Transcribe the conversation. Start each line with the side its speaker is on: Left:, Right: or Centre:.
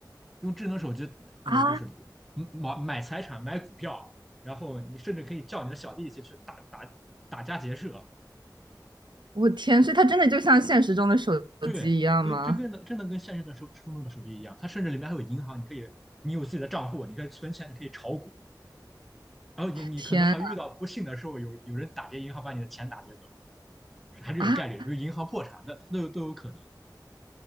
Centre: 用智能手机，呃，
Right: 啊！
Centre: 就是嗯买买财产、买股票，然后你甚至可以叫你的小弟一起去打打打家劫舍，
Right: 我天，所以它真的就像现实中的手机一样吗？
Centre: 对，跟真跟的真的跟现实的手生中的手机一样，它甚至里面还有银行，你可以你有自己的账户，你可以存钱，你可以炒股，然后你你可能还遇到不幸的时候，
Right: 天
Centre: 有有人打劫银行把你的钱打劫走，还是有概率，
Right: 啊！啊
Centre: 比如银行破产的，都有都有可能。